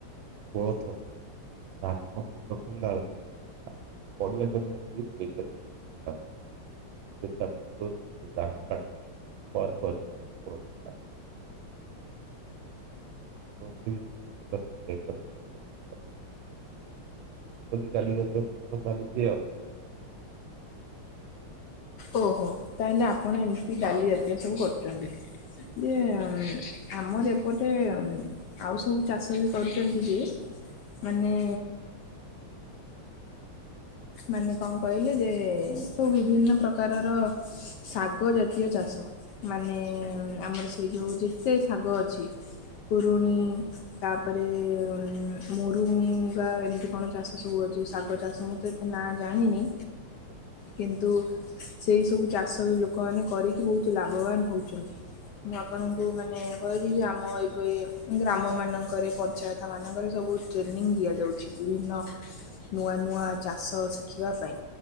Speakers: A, on the right; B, on the left.
A: କୋଳଥ ଧାନ ଫୁଲ ଫଳିଲା ବେଳକୁ ଆମର ଯୋଉ ପଡିଆ ଜମି ଅଛି ସେ ଜାଗାରେ କୋଳଥ ବୁଣା ହୁଏ ସେ ତା ପୂର୍ବରୁ ଧାନ କାଟି ପରେ ପରେ ଆମର କୋଳଥଟା କୋଳଥ ବି ସେମିତି ପଚାଶ ଷାଠିଏ ଏକର ଭଳିଆ କୋଳଥ ଏବେ ଡାଲି ଚାଷ ଫସଲ ଚାଲିଚି ଆଉ। ଆମ
B: ଓହୋ ତାହେଲେ ଆପଣ ଏମିତି ଡାଲି ଜାତୀୟ ସବୁ କରୁଛନ୍ତି। ଯେ ଉଁ ଆମର ଏପଟେ ଉଁ ଆଉ ସବୁ ଚାଷ ବି କରୁଛନ୍ତି ଯେ ମାନେ ମାନେ କଣ କହିଲେ ଯେ ସବୁ ବିଭିନ୍ନ ପ୍ରକାରର ଶାଗ ଜାତୀୟ ଚାଷ ମାନେ ଆମର ସେଇ ଯୋଉ ଯେତେ ଶାଗ ଅଛି ପୁରୁଣି ତାପରେ ଉଁ ମୋରୁଙ୍ଗା ଏମିତି କଣ ଚାଷ ସବୁ ଅଛି ଶାଗ ଚାଷ ମ ତୁ ଏତେ ନାଁ ଜାଣିନି। କିନ୍ତୁ ସେଇ ସବୁ ଚାଷ ବି ଲୋକମାନେ କରିକି ବହୁତ ଲାଭବାନ ହଉଛନ୍ତି। ମୁଁ ଆପଣଙ୍କୁ ମାନେ କହିବି ଯେ ଆମ ଏବେ ଗ୍ରାମ ମାନଙ୍କରେ ପଞ୍ଚାୟତ ତା ମାନଙ୍କରେ ସବୁ ଟ୍ରେନିଂ ଦିଆଯାଉଛି ବିଭିନ୍ନ ନୂଆ ନୂଆ ଚାଷ ଶିଖିବା ପାଇଁ।